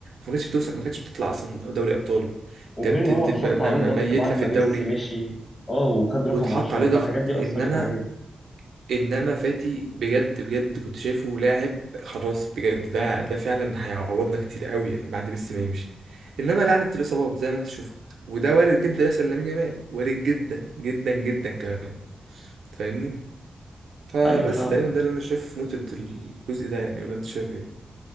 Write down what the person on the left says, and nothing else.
وغير
إن هو
اتحط
عليه
ضغط
بعد ما
ميسي مشي اه وخد
رقم 10
فالحاجات دي
أثرت عليه
أيوه فاهمك